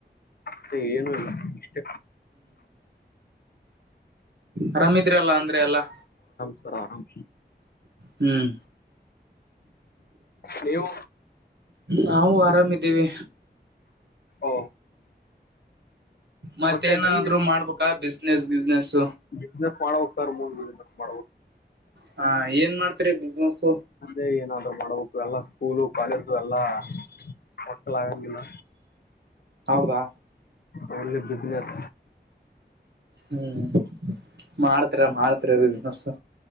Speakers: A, on the left; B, on the right.
A: ಮ ಏನು ಇಲ್ಲ ಇಷ್ಟ
B: ಆರಾಮಿದ್ರ ಅಲ್ಲ ಅಂದ್ರೆ ಎಲ್ಲಾ
A: ಸರ ಆರಾಮ
B: ಹ್ಮ್
A: ನೀವು
B: ನಾವು ಆರಾಮಿದ್ದೀವಿ
A: ಓ
B: ಮತ್ತೇನಾದ್ರು
A: ಮತ್ತೆ ನೀ
B: ಮಾಡ್ಬೇಕಾ ಬಿಸ್ನೆಸ್ ಗಿಸ್ನೆಸ್
A: ಬಿಸ್ನೆಸ್ ಮಾಡ ಸರ್ ಮುಂದ ಬಿಸ್ನೆಸ್ ಮಾಡ
B: ಹಾ ಏನ್ ಮಾಡ್ತರಿ ಬಿಸ್ನೆಸ್
A: ಅೇ ಏನಾದ್ರು ಮಾಡಬೇಕು ಎಲ್ಲಾ ಸ್ಕೂಲು ಕಾಲೇಜು ಎಲ್ಲಾ ಮಕ್ಕಳ ಆಗಂಗಲಿಲ್ಲ
B: ಹೌದಾ
A: ಅವ ಬಿಜ್ನೆಸ್
B: ಹ್ಮ್ ಮಾಡತ ಮಾಡ್ತ್ಸ